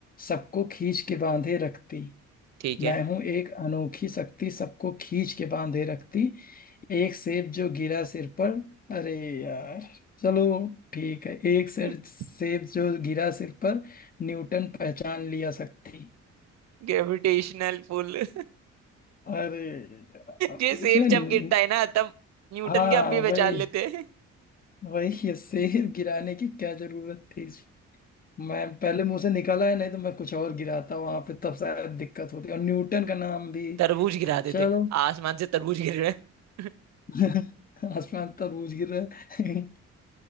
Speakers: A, on the left; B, on the right.
A: सबको खींच के बांधे रखती
B: ठीक है
A: मैं हूं एक अनोखी शक्ति सबको खींच के बांधे रखती एक सेब जो गिरा सिर पर अरे यार चलो ठीक है एक सेर
B: <laughs>
A: सेब जो गिरा सिर पर न्यूटन पहचान लिया शक्ति
B: Gravitational pull
A: अरे यार,
B: ये सेब
A: इसमें न-
B: जब गिरता है ना तब न्यूटन
A: हाँ
B: के हम भी पहचान
A: वही
B: लेते हैं
A: वही ये सेब गिराने की क्या जरूरत थी मैं पहले मुंह से निकला है नहीं तो मैं कुछ और गिराता वहां पे तब शायद दिक्कत होती और न्यूटन का नाम भी
B: तरबूज गिरा देते
A: चलो
B: आसमान से तरबूज गिर रहे हैं
A: <laughs> आसमान तरबूज गिर रहा है <laughs>